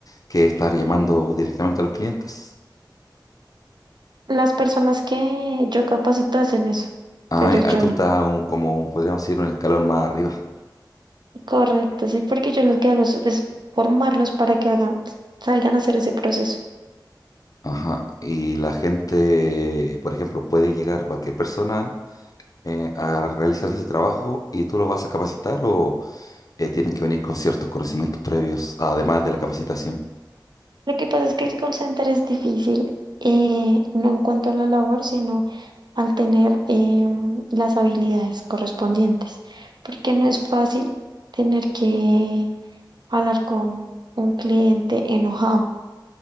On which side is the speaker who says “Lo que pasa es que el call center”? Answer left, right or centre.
Right